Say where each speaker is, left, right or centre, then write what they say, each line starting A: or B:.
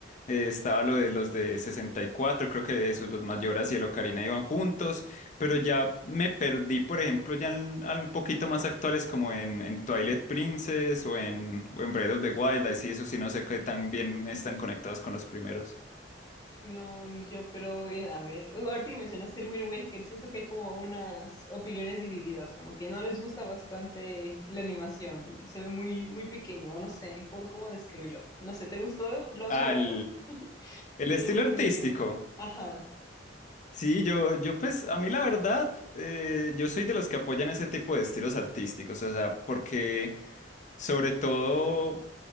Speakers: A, on the left; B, on the left.
A: eh, estaba lo de los de sesenta y cuatro creo que esos, los Mayoras y el Ocarina iban juntos. Pero ya me perdí, por ejemplo, ya en, al- un poquito más actuales como en, en Twilight Princess o en, o en Breath of the Wild. Ahí sí, eso sí, no sé qué tan bien están conectados con los primeros.
B: No, ni yo, pero eh, a ver, ahorita que mencionaste el Wind Waker, siento que hay como unas opiniones divididas, como que no les gusta bastante la animación, porque se ve muy, muy pequeño, o no sé, ¿cómo, cómo describirlo? No sé, ¿te gustó? ¿Lo has
A: al
B: jugado?
A: el estilo
B: El Wind
A: artístico.
B: Waker. Ajá.
A: Sí, yo, yo pues a mí la verdad, eh, yo soy de los que apoyan ese tipo de estilos artísticos, o sea, porque sobre todo